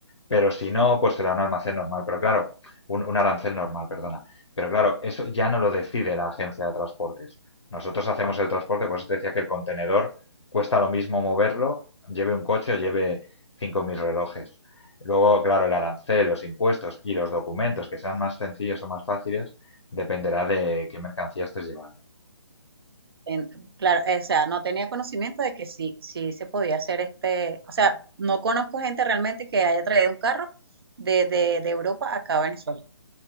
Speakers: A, on the left; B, on the right.
A: Pero si no, pues se da un almacén normal, pero claro, un, un arancel normal, perdona. Pero claro, eso ya no lo decide la agencia de transportes. Nosotros hacemos el transporte, por eso te decía que el contenedor cuesta lo mismo moverlo, lleve un coche o lleve 5.000 relojes. Luego, claro, el arancel, los impuestos y los documentos que sean más sencillos o más fáciles, dependerá de qué mercancía estés llevando.
B: en- claro, eh, o sea, no tenía conocimiento de que sí, sí se podía hacer este. O sea, no conozco gente realmente que haya traído un carro de, de, de Europa acá a Venezuela,